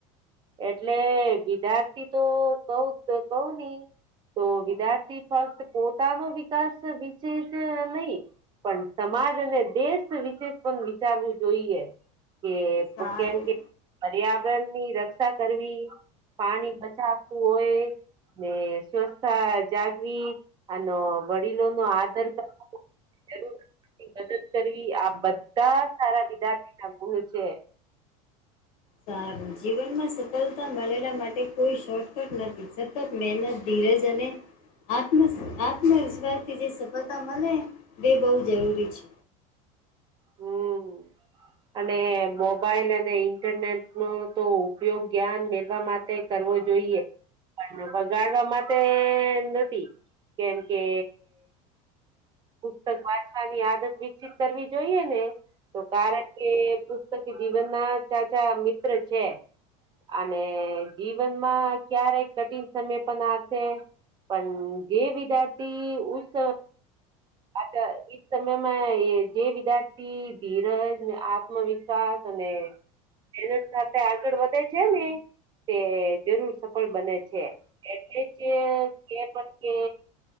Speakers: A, on the right (about 25°); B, on the left (about 85°).
A: એટલે વિધ્યાર્થી તો કવ તો કહુંને તો વિદ્યાર્થી ફક્ત પોતાનો વિકાસ વિશે કે નહી પણ સમાજ અને દેશ વિશે પણ વિચારવું જોઈએ કે
B: સારું
A: ઓ કેમ કે પર્યાવરણ ની રક્ષા કરવી પાણી બચાવતું હોય. ને સ્વચ્છતા જાગવી અનેનો વડીલો નો આદર કર જરૂર મદદ કરવી આ બધા સારા વિદ્યાર્થી ના ગુણ છે.
B: સારું જીવનમાં સફળતા મળેલા માટે કોઈ શોર્ટકટ નથી સતત મહેનત ધીરેજ અને આત્મ આત્મવિશ્વાસથી જે સફળતા મળે તે બહુ જરૂરી છે
A: હમ અને મોબાઈલ અને ઇન્ટરનેટ નો તો ઉપયોગ જ્ઞાન મેળવા માટે તે કરવો જોઈએ પણ વગાડવા માટે નથી કેમ કે પુસ્તક વાંચવાની આદત વિકસિત કરવી જોઈએ ને તો કારણ કે પુસ્તક જીવન ના ચાચા મિત્ર છે. અને જીવનમાં ક્યારે કઠિન સમય પણ આવશે પણ જે વિદ્યાર્થી ઉસવ અચ્છા એ સમય મે એ જે વિદ્યાર્થી ધીરજને આત્મવિશ્વાસ અને બેનલ સાથે આગળ વધે છે ને તે જરૂર સફળ બને છે. એટલે જ કે પણ કે